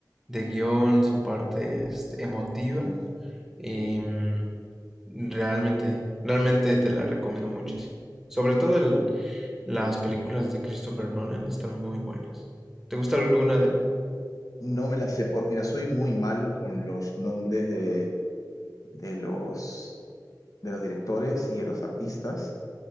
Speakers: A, in the centre; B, on the left.
A: de guión, su parte este, emotiva. Y mm, realmente, realmente te la recomiendo muchísimo. Sobre todo el, Las películas de Christopher Nolan están muy buenas. ¿Te gusta alguna de él?
B: No me la sé por... Mira, soy muy malo con los nombres de, de los, de los directores y de los artistas.